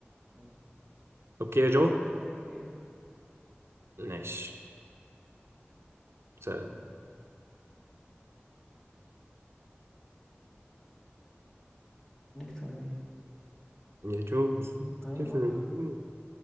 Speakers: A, on the left; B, on the right.
A: أيوه
B: أوكي يا جو
A: أوكي
B: ماشي سلام
A: أوكي. هنكت ولا إيه؟
B: يا جو <laughs>
A: أيوه